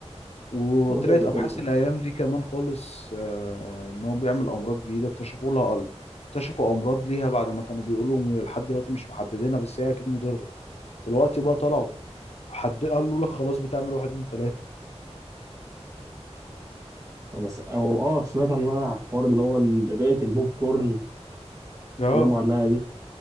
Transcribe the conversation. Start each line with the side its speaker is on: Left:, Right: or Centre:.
Left: وطلعت
Right: هو متعب لكل
Left: ابحاث الايام دي كمان خالص آه، ان هو بيعمل امراض جديده اكتشفوا لها قل اكتشفوا امراض ليها بعد ما كانوا بيقولوا لحد دلوقتي مش محددينها بس هي اكيد مضره دلوقتي بقى طلعوا حد قال له لك خلاص بتعمل واحد اتنين تلاته
Right: ما بس أو آه سمعت عن عن الحوار اللي هو ال- رئة البوب كورن
Left: اه
Right: اتكلموا عنها دي اللي